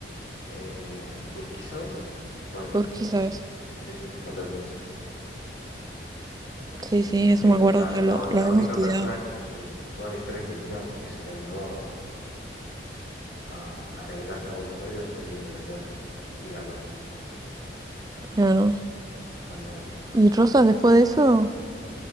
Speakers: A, on the left; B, on the right.
A: Eh, Urquiza, ¿ves? Bueno,
B: ¿Por qué,
A: no,
B: sabes?
A: sí, sí, contra Urquiza.
B: Sí, sí, eso
A: El-
B: me acuerdo
A: la,
B: que
A: la-
B: lo,
A: la
B: lo habíamos
A: única
B: estudiado.
A: persona que- en toda la historia argentina que se le animó a, a revelarse a Buenos Aires, fue un entrerriano y ganó,
B: Claro.
A: ganó, ganó.
B: ¿Y Rosas después de eso?